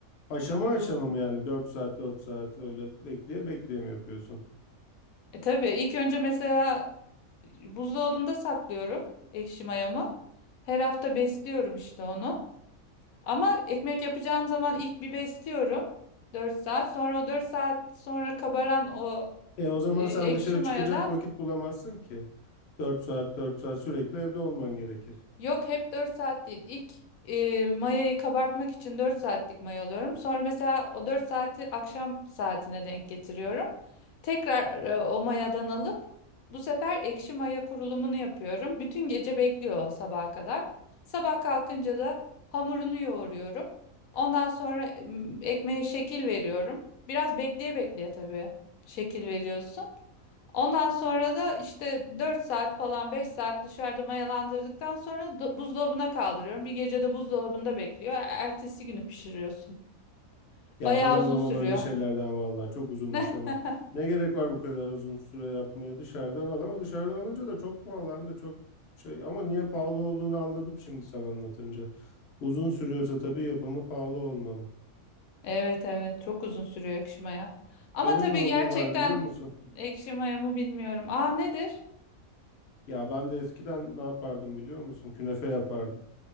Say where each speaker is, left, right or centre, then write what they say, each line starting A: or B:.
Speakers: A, on the left; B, on the left.
A: aşama
B: Uzun.
A: aşama mı yani 4 saat 4 saat öyle bekleye bekleye mi yapıyorsun?
B: E tabii ilk önce mesela buzdolabında saklıyorum ekşi mayamı. Her hafta besliyorum işte onu. Ama ekmek yapacağım zaman ilk bir besliyorum. dört saat. Sonra o 4 saat sonra kabaran o
A: E o zaman
B: e, ekşi
A: sen dışarı
B: mayadan
A: çıkacak vakit bulamazsın ki. 4 saat 4 saat sürekli evde olman gerekir.
B: Yok hep 4 saat değil. İlk e, mayayı kabartmak için 4 saatlik maya alıyorum. Sonra mesela o 4 saati akşam saatine denk getiriyorum. Tekrar e, o mayadan alıp bu sefer ekşi maya kurulumunu yapıyorum. Bütün gece bekliyor o sabaha kadar. Sabah kalkınca da hamurunu yoğuruyorum. Ondan sonra m, ekmeğe şekil veriyorum. Biraz bekleye bekleye tabii şekil veriyorsun. Ondan sonra da işte 4 saat falan 5 saat dışarıda mayalandırdıktan sonra do- buzdolabına kaldırıyorum. Bir gece de buzdolabında bekliyor. E- Ertesi günü pişiriyorsun.
A: Ya
B: Bayağı
A: ben anlamam
B: uzun sürüyor.
A: öyle şeylerden vallahi çok uzunmuş
B: <laughs>
A: ama ne gerek var bu kadar uzun süre yapmaya dışarıdan al ama dışarıdan alınca da çok pahalı hem de çok şey ama niye pahalı olduğunu anladım şimdi sen anlatınca. Uzun sürüyorsa tabii yapımı pahalı olmalı.
B: Evet evet çok uzun sürüyor ekşi maya. Ama
A: Benim
B: tabii
A: de hobim
B: gerçekten
A: var biliyor musun?
B: ekşi maya mı bilmiyorum. Aa nedir?
A: Ya ben de eskiden ne yapardım biliyor musun? Künefe yapardım